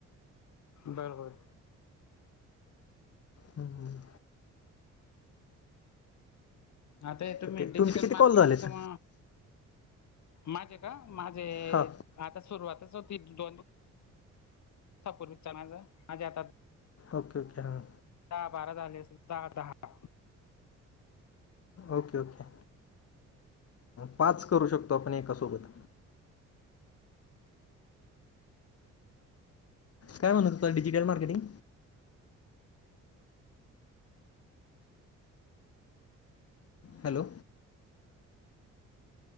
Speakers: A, on the left; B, on the left.
A: बरबर
B: हम हम
A: आता तुम्ही
B: तर ते
A: डिजिटल
B: तुमचे किती कॉल
A: मार्केटिंग
B: झालेत
A: च म माझे का माझे
B: हां
A: आता सुरुवातच होती दोन सपूरवीचणाझ म्हझे आता
B: ओके ओके हां
A: दहा बारा झाले अस दहा दहा
B: ओके ओके पाच करू शकतो आपण एकासोबत काय म्हणत तु digit marketing hello